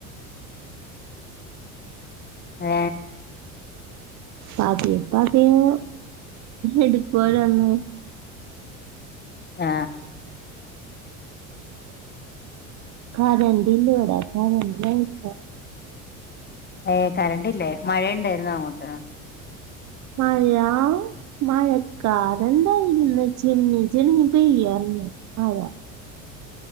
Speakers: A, on the left; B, on the right.
A: <inaudible> ഏ
B: പതിയെ പതിയെ. എടുക്കുവരോ അന്ന്
A: ആ
B: കരണ്ട് ഇല്ല എവിടാ കരണ്ടി ആയിട്ട
A: ഏ കറണ്ട്ല്ലേ മഴുണ്ടായിരുന്ന അങ്ങോട്ട്
B: മഴ മഴക്കാറ് ഉണ്ടായിൻ ചെളങ്ങി ചെളങ്ങ പെയ്യറഞ്ഞ ആഴ